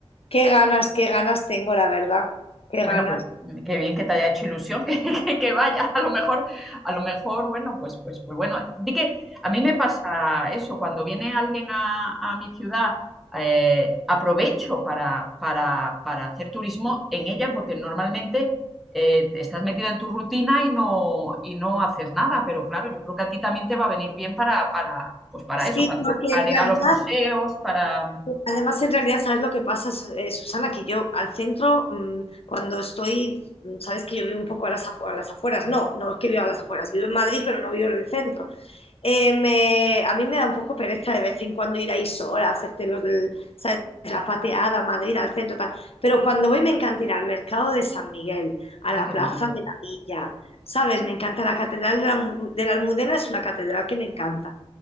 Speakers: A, on the left; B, in the centre.
A: qué ganas, qué ganas tengo, la verdad, qué
B: Bueno,
A: ganas.
B: pues mm, qué bien que te haya hecho ilusión <laughs> que, que, que vaya. A lo mejor, a lo mejor, bueno, pues, pues, pues bueno. Di que a mí me pasa eso, cuando viene alguien a, a mi ciudad, eh, aprovecho para, para, para hacer turismo en ella, porque normalmente eh, estás metida en tu rutina y no, y no haces nada, pero claro, yo creo que a ti también te va a venir bien para, para, pues para
A: Sí,
B: eso, para,
A: porque
B: para
A: en realidad
B: ir a los museos, para...
A: Además, en realidad, ¿sabes lo que pasa, Su- eh, Susana? Que yo al centro, mm, cuando estoy, mm, sabes que yo vivo un poco a las, afu- a las afueras, no, no es que vivo a las afueras, vivo en Madrid, pero no vivo en el centro. Eh, me- a mí me da un poco pereza de vez en cuando ir ahí sola hacerte los, el- ¿sabes? la pateada, a Madrid, al centro, tal. Pero cuando voy me encanta ir al mercado de San Miguel, a
B: ¡Ay,
A: la
B: qué
A: plaza
B: bonito!
A: de la Villa, ¿sabes? Me encanta la catedral de la, de la Almudena, es una catedral que me encanta,